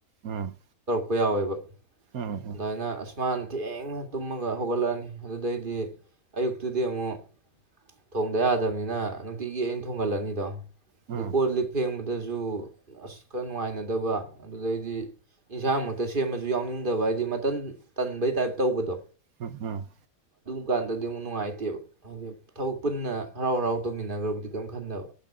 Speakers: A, on the right; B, on the right.
A: ꯎꯝ
B: ꯄ ꯌꯥꯎꯋꯦꯕ
A: ꯎꯝ ꯎꯝ
B: ꯑꯗꯨꯃꯥꯏꯅ ꯃꯅ ꯊꯦꯡꯅ ꯇꯨꯝꯃꯒ ꯍꯧꯒꯠꯂꯛꯑꯅꯤ ꯑꯗꯨꯗꯩꯗꯤ ꯑꯌꯨꯛꯇꯨꯗꯤ ꯑꯃꯨꯛ ꯊꯣꯡꯗ ꯌꯥꯗꯕꯅꯤꯅ ꯅꯨꯡꯇꯤꯒꯤ ꯑꯩꯅ ꯊꯣꯡꯒꯠꯂꯅꯤꯗꯣ
A: ꯎꯝ
B: ꯀꯣꯜꯂꯤꯛ ꯐꯦꯡꯕ ꯑꯗꯨꯁꯨ ꯑꯁ ꯈꯔ ꯅꯨꯡꯉꯥꯏꯅꯗꯕ ꯑꯗꯨꯗꯩꯗꯤ ꯏꯟꯁꯥꯡꯃꯛꯇ ꯁꯦꯝꯃꯁꯨ ꯌꯥꯎꯅꯤꯡꯗꯕ ꯍꯥꯏꯗꯤ ꯃꯇꯟ ꯇꯟꯕꯩ ꯇꯥꯏꯞ ꯇꯧꯕꯗꯣ
A: ꯎꯝ ꯎꯝ
B: ꯑꯗꯨ ꯀꯥꯟꯗꯗꯤ ꯑꯃꯨꯛ ꯅꯨꯡꯉꯥꯏꯇꯦꯕ ꯍꯥꯏꯗꯤ ꯊꯕꯛ ꯄꯨꯟꯅ ꯍꯔꯥꯎ ꯍꯔꯥꯎ ꯇꯧꯃꯤꯟꯅꯈ꯭ꯔꯕꯨꯗꯤ ꯀꯔꯤꯝ ꯈꯟꯗꯕ